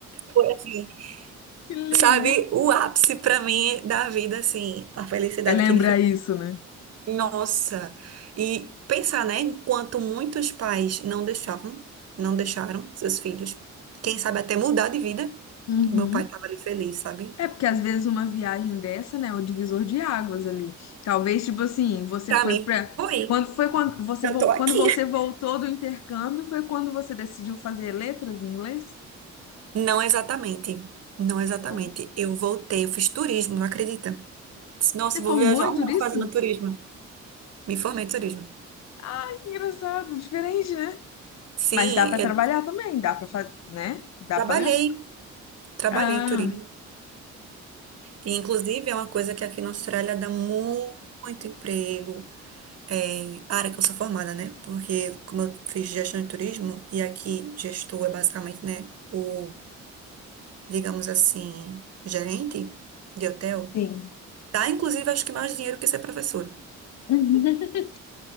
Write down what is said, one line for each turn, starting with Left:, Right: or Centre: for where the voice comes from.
Right: Foi assim,
Left: Que lindo.
Right: sabe, o ápice pra mim da vida, assim, a felicidade
Left: É lembrar
Right: que ele ficou.
Left: isso, né?
Right: Nossa! E pensar, né, enquanto muitos pais não deixavam, não deixaram seus filhos, quem sabe até mudar de vida,
Left: Uhum.
Right: o meu pai tava ali feliz, sabe?
Left: É porque às vezes uma viagem dessa, né, é o divisor de águas ali. Talvez, tipo assim, você
Right: Pra
Left: foi
Right: mim,
Left: pra.
Right: foi.
Left: Quando foi quando você,
Right: Eu
Left: vol-
Right: tô aqui.
Left: quando você voltou do intercâmbio, foi quando você decidiu fazer letras em inglês?
Right: Não exatamente. Não exatamente.
Left: Não.
Right: Eu voltei, eu fiz turismo, não acredita? Disse, Nossa,
Left: Você
Right: vou
Left: formou
Right: viajar
Left: em
Right: um
Left: turismo?
Right: mundo fazendo turismo. Me formei em turismo.
Left: Ah, que engraçado, diferente, né?
Right: Sim,
Left: Mas dá pra
Right: eu
Left: trabalhar também, dá pra fazer, né? Dá
Right: trabalhei,
Left: pra ganhar.
Right: trabalhei
Left: Ah,
Right: em turismo. E, inclusive, é uma coisa que aqui na Austrália dá mu- muito emprego. É, a área que eu sou formada, né? Porque como eu fiz gestão de turismo, e aqui gestor é basicamente, né, o, digamos assim, gerente de hotel,
Left: sim.
Right: dá inclusive acho que mais dinheiro que ser professor.
Left: <laughs>